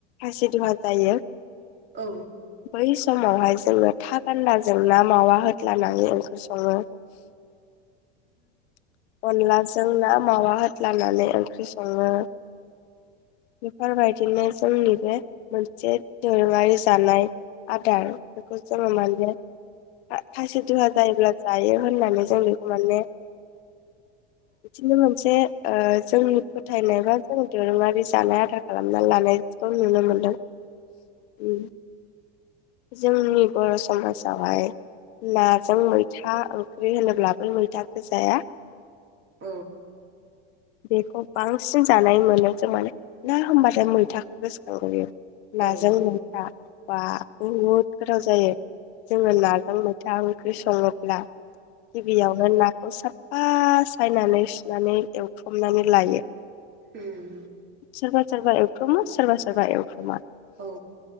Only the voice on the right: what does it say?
औ।
औ
औ औ
ओम।
औ।